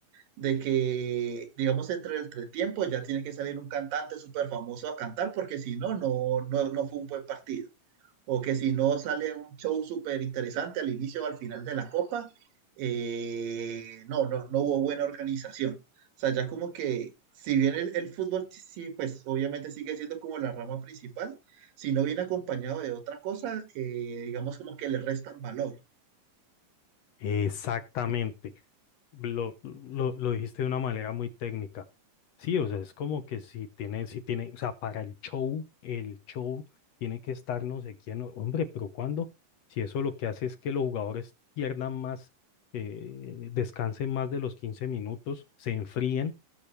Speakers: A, on the right; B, on the left.
A: de que, digamos, entre el entretiempo ya tiene que salir un cantante súper famoso a cantar, porque si no, no, no, no fue un buen partido. o que si no sale un show súper interesante al inicio o al final de la copa, eh, no, no, no hubo buena organización. O sea, ya como que, si bien el, el fútbol sí, sí, pues obviamente sigue siendo como la rama principal, si no viene acompañado de otra cosa, eh, digamos como que le restan valor.
B: Exactamente. Lo, lo, lo dijiste de una manera muy técnica. Sí, o sea, es como que si tiene, si tiene, o sea, para el show, el show tiene que estar no sé quién, hombre, pero ¿cuándo? Si eso lo que hace es que los jugadores pierdan más, eh, descansen más de los 15 minutos, se enfríen.